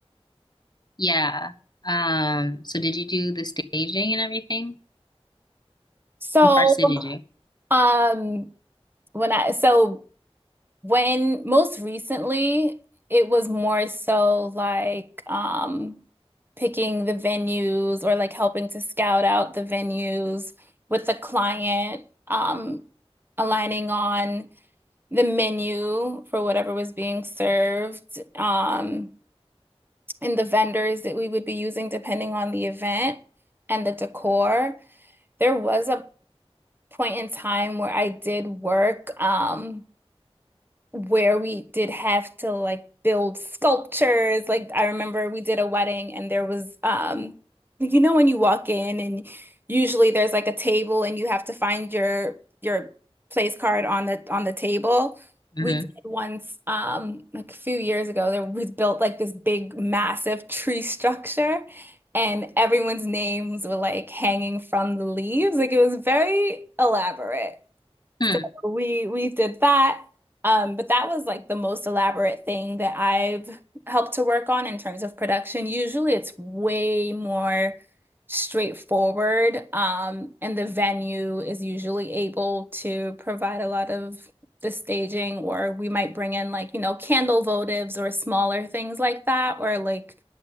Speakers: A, on the left (about 40°); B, on the right (about 20°).
A: Yeah. Um, so did you do the staging and everything?
B: So
A: What parts did you do?
B: um when I so When most recently, it was more so like um, picking the venues or like helping to scout out the venues with the client, um, aligning on the menu for whatever was being served, um, and the vendors that we would be using depending on the event and the decor. There was a point in time where I did work. Um, where we did have to like build sculptures. Like I remember we did a wedding and there was um you know when you walk in and usually there's like a table and you have to find your your place card on the on the table.
A: Mm-hmm.
B: We did once um like a few years ago there was built like this big massive tree structure and everyone's names were like hanging from the leaves. Like it was very elaborate
A: Hmm.
B: we we did that. Um, but that was like the most elaborate thing that I've helped to work on in terms of production. Usually it's way more straightforward. Um, and the venue is usually able to provide a lot of the staging, or we might bring in like, you know, candle votives or smaller things like that, or like